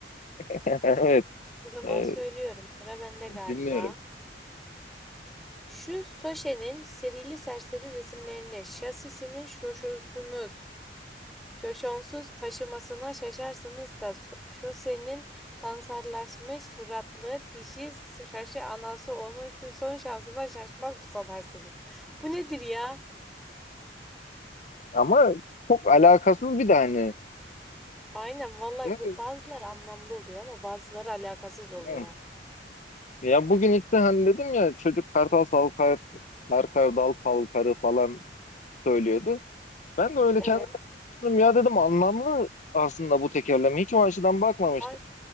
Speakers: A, on the left; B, in the centre.
A: <laughs> Evet
B: O zaman
A: e,
B: söylüyorum. Sıra bende galiba.
A: bilmiyorum
B: Şu Soşe'nin serili serseri resimlerini, şasisinin şoşosunuz, şoşonsuz taşımasına şaşarsınız da so- şosenin sansarlaşmış suratlı dişi şaşı anası onu şu son şansına şaşmaz mı sanarsınız? Bu nedir ya?
A: ama çok alakasız bir de hani.
B: Aynen vallahi
A: Evet.
B: bu bazıları anlamlı oluyor ama bazıları alakasız oluyor.
A: evet. Ya bugün işte hani dedim ya çocuk kartal salkar, sarkar dal falkarı falan söylüyordu. Ben de öyle
B: Evet.
A: kendime düşündüm ya dedim anlamlı aslında bu tekerleme. Hiç o açıdan bakmamıştım.
B: Ay-